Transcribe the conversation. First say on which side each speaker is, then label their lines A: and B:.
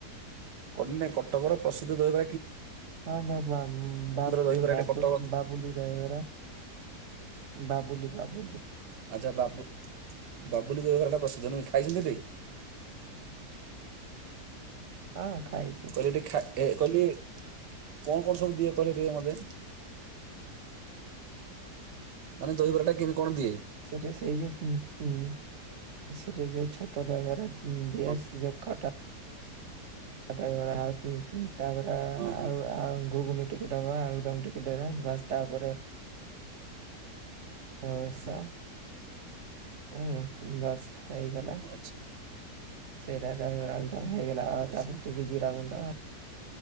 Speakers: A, on the right; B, on the right.
A: କୋଉଠି ନାହିଁ କଟକର ପ୍ରସିଦ୍ଧ ଦହିବ
B: ହ ଯ ବା-ବା-ବାବୁ-
A: ଦହିବରାଟେ କଟକ
B: ବାବୁଲି ଦହି ବରା। ବାବୁଲି ବାବୁଲି।
A: ଆଚ୍ଛା ବାବୁ-ବାବୁଲି ଦହିବରା ଟା ପ୍ରସିଦ୍ଧ ନୁହେଁ ଖାଇଛନ୍ତି ସେଠି?
B: ହଁ ଖାଇଛି।
A: ସେଠି ଖା-ଏ କହିଲି, କଣ କଣ ସବୁ ଦିଏ କହିଲେ ଟିକେ ମତେ? ମାନେ ଦହିବରାଟା କେମତି କଣ ଦିଏ?
B: ସେଇଟା ସେଇ ଯୋଉ ଉଁ ଉଁ ସେଇଟା ଯୋଉ ଛୋଟ ଡାଗାରେ ଦିଏସ
A: ହଁ
B: ଜୋକଟା <unintelligible> ତା ଉଁ ଉଁ ତାପରେ ଆ-ଆଉ
A: ହଁ ହଁ
B: ଆଉ ଘୁଗୁନିଟି ସେଇଟା ବା ଆଳୁଦମ୍ ଟିକେ ଦେବେ, ବାସ୍ ତାପରେ ବ୍ୟବସ୍ଥା ହୁଁ ବାସ୍ ହେଇଗଲା
A: ଆଚ୍ଛା
B: ସେଇରା ଦହିବରା ଆଳୁଡ଼ମ୍ ହେଇଗଲା। ଆଉ
A: ଆଚ୍ଛା
B: ତାପରେ ଟିକେ ଜିରାଗୁଣ୍ଡ